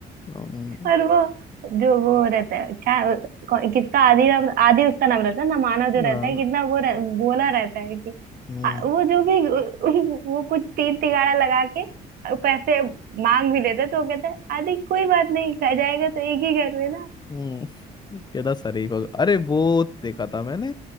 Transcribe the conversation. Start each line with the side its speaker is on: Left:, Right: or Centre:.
Left: हम्म,
Right: और वो जो वो रहता है क्या कौन- किसका आदि नाम आदि उसका नाम रहता है ना मानव जो
Left: हाँ,
Right: रहता है कितना वो रह, बोला रहता है कि
Left: हम्म,
Right: आ- वो जो भी <laughs> वो कुछ तीन तिगाड़ा लगा के पैसे मांग भी लेता है, तो वो कहता है आदि कोई बात नहीं खा जाएगा तो एक ही घर में ना
Left: हम्म कहता सरी को अरे वो देखा था मैंने